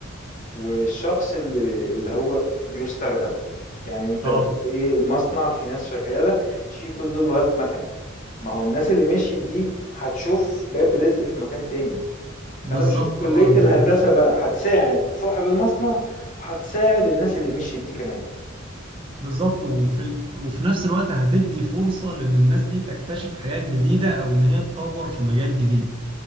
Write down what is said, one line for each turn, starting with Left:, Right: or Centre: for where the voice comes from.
Left: والشخص اللي اللي هو بيُستخدم، يعني أنت
Right: اه
Left: بتقول إيه المصنع فيه ناس شغّالة، شيل كل دول وهات مَكَن، ما هو الناس اللي مشيت دي هتشوف باب رزق في مكان تاني،
Right: بالظبط
Left: فأنا باشوف كلية
Right: اه انت
Left: الهندسة بقى هتساعد صاحب المصنع وهتساعد الناس اللي مشيت دي كمان،
Right: بالظبط وفي ال... وفي نفس الوقت هتدي فرصة لان الناس دي تكتشف حاجات جديدة او ان هي تطور في مجال جديد